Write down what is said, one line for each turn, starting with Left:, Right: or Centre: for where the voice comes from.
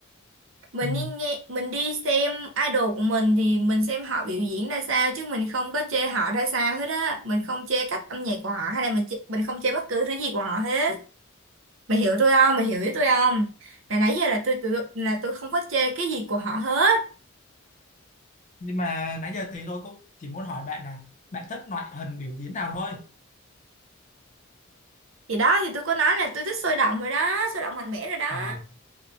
Right: mình
Left: ừ.
Right: đi nghe mình đi xem idol của mình thì mình xem họ biểu diễn ra sao chứ mình không có chê họ ra sao hết á mình không chê cách âm nhạc của họ hay là mình chê, mình không chê bất cứ thứ gì của họ hết mày hiểu tôi không mày hiểu ý tôi không là nãy giờ là tôi, tôi là tôi không có chê cái gì của họ hết
Left: nhưng mà nãy giờ thì tôi cũng chỉ muốn hỏi bạn là bạn thích loại hình biểu diễn nào thôi
Right: thì đó thì tôi có nói là tôi thích sôi động rồi đó sôi động mạnh mẽ rồi đó
Left: à